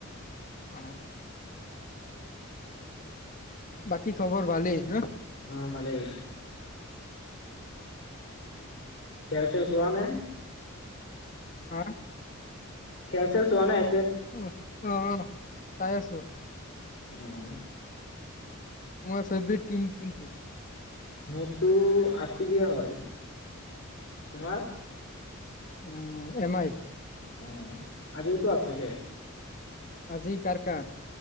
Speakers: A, on the left; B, on the left.
A: অ'। বাকী খবৰ ভালেই বা।
B: অ' ভালেই। খেল চেল চোৱা নে?
A: ও।
B: খেল চেল চোৱা নাই।
A: ও অ' অ' চাই আছো।
B: অ'
A: তোমাৰ ফেভাৰেত টীম কোনো টো।
B: মোৰ টো অষ্ট্ৰৈলিয়া হয়। <inaudible>
A: অ'‌ এম আই
B: অ' আজিও টো আছে খেল।
A: আজি কাৰ কাৰ?